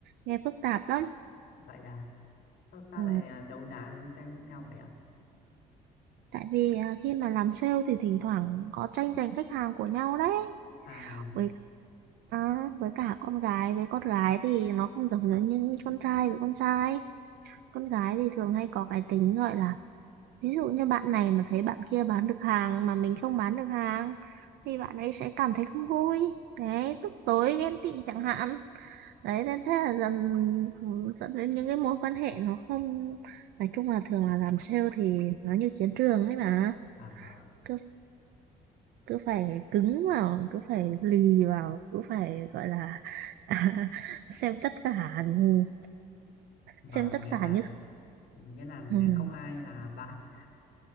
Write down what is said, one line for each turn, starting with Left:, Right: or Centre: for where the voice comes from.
Right: nghe phức tạp lắm
Left: vậy à sao ta
Right: ừ.
Left: lại à, đấu đá đấu tranh với nhau vậy ạ
Right: tại vì à, khi mà làm sale thì thỉnh thoảng có tranh giành khách hàng của nhau đấy
Left: à
Right: với à, với cả con gái với con gái thì nó không giống giống như con trai với con trai con gái thì thường hay có cái tính gọi là Ví dụ như bạn này mà thấy bạn kia bán được hàng mà mình không bán được hàng thì bạn ấy sẽ cảm thấy không vui. Đấy, tức tối ghen tị chẳng hạn. Đấy, nên thế là dần ừ, dẫn đến những cái mối quan hệ nó không nói chung là thường là làm sale thì nó như chiến trường ấy mà.
Left: à vâng
Right: Cứ cứ phải cứng vào, cứ phải lì vào, cứ phải gọi là <laughs> xem tất cả ừ,
Left: vâng
Right: xem tất
Left: nghĩa
Right: cả
Left: là
Right: như
Left: nghĩa là
Right: ừ,
Left: không ai là bạn